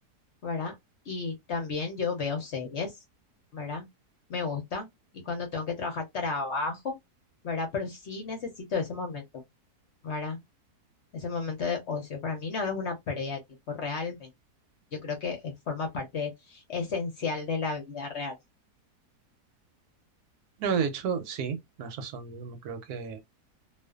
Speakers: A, on the left; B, on the right.
A: ¿verdad? Y también yo veo series, ¿verdad? Me gusta y cuando tengo que trabajar, trabajo, ¿verdad? Pero sí necesito ese momento, ¿verdad? Ese momento de ocio. Para mí no es una pérdida de tiempo, realmente. Yo creo que eh, forma parte esencial de la vida real.
B: No, de hecho, sí, tienes razón. Yo también creo que,